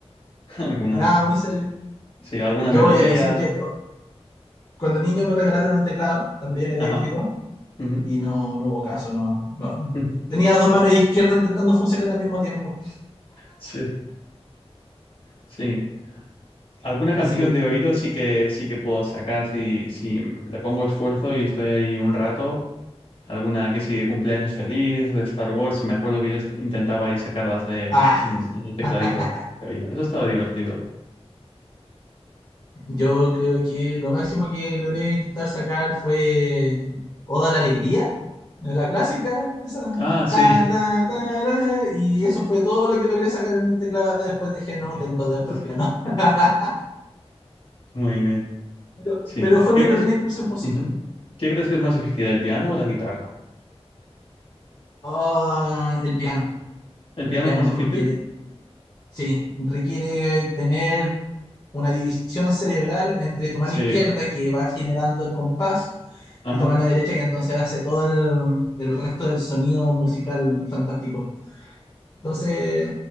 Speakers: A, on the left (about 60°); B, on the left (about 40°).
A: <laughs> Alguna,
B: nada, muy serio.
A: sí, alguna
B: Yo
A: melodía.
B: voy a decir que cuando niño me regalaron un teclado, también eléctrico,
A: Ajá. ujú.
B: y no, no hubo caso, no, no.
A: <laughs>
B: Tenía dos manos izquierdas intentando funcionar al mismo tiempo.
A: Sí, sí. Alguna canción
B: Así que,
A: de oído sí que sí que puedo sacar si, si le pongo esfuerzo y estoy ahí un rato. Alguna que sí de cumpleaños feliz, de Star Wars. Me acuerdo que yo est- intentaba ahí sacarlas de
B: ah,
A: en, en el tecladito
B: <laughs>
A: de oído. Eso estaba divertido.
B: yo creo que lo máximo que logré intentar sacar fue Oda a la Alegría, la clásica, esa.
A: Ah, sí.
B: ta, ta, ta, ra, y eso fue todo lo que logré sacar en el teclado. Después dije,
A: <laughs>
B: no, tengo dedos para el piano. <laughs>
A: Muy bien.
B: Pero,
A: Sí.
B: pero fue
A: ¿Qué
B: mi
A: crees
B: primera incursión musical.
A: Ujú. ¿Qué crees que es más difícil, el piano o la guitarra?
B: Ah, el piano,
A: ¿El
B: el
A: piano
B: piano,
A: es más difícil?
B: porque Sí, requiere tener una división cerebral entre tu
A: Sí,
B: mano izquierda que va generando el compás
A: ajá.
B: y tu mano derecha que entonces hace todo el, el resto del sonido musical fantástico. Entonces,